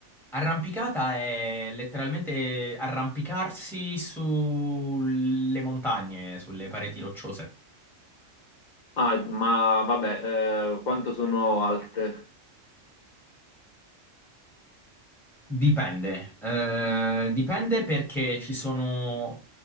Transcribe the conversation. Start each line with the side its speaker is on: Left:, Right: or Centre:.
Centre: Arrampicata è letteralmente arrampicarsi sulle montagne, sulle pareti rocciose.
Left: Ah, ma vabbè, eh, quanto sono alte?
Centre: Dipende. Eh, dipende perché ci sono